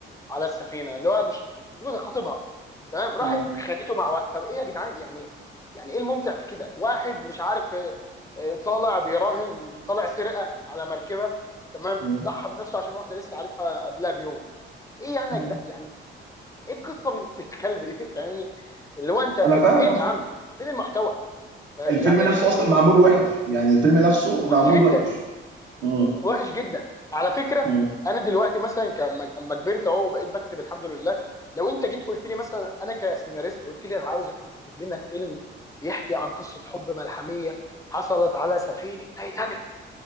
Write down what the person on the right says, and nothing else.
مم.
مم.
مم.
انا فاهم
قصدك
الفيلم نفسه
اصلا
معمول وحش يعني الفيلم نفسه معمول
وحش مم.
مم.